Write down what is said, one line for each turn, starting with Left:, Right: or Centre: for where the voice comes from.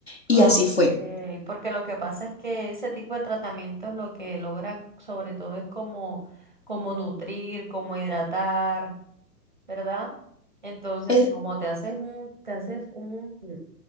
Left: Y
Right: Ah,
Left: así
Right: ok,
Left: fue.
Right: porque lo que pasa es que ese tipo de tratamientos lo que logra sobre todo es como, como nutrir, como hidratar, ¿verdad? Entonces,
Left: Eh,
Right: como te haces un, te haces un,